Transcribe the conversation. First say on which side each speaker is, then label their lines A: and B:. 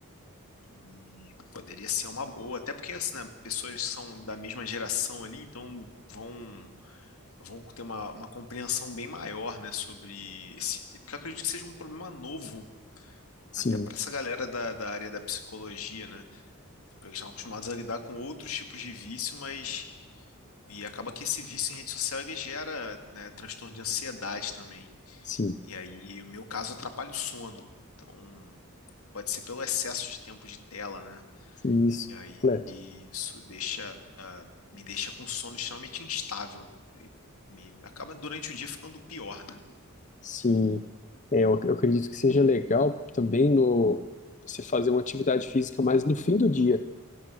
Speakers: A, on the left; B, on the left.
A: E poderia ser uma boa, até porque assim, né, pessoas que são da mesma geração ali, então vão vão ter uma, uma compreensão bem maior, né, sobre esse, porque eu acredito que seja um problema novo,
B: Sim,
A: até para essa galera da, da área da psicologia, né? Porque eles estão acostumados a lidar com outros tipos de vício, mas e acaba que esse vício em rede social ele gera, né, transtorno de ansiedade também.
B: sim,
A: E aí, o meu caso atrapalha o sono. Então, pode ser pelo excesso de tempo de tela, né?
B: sim, isso,
A: E aí
B: completo.
A: isso deixa me deixa com sono extremamente instável. E aí, me acaba durante o dia ficando pior, né?
B: Sim, é, eu, eu acredito que seja legal também no você fazer uma atividade física mais no fim do dia.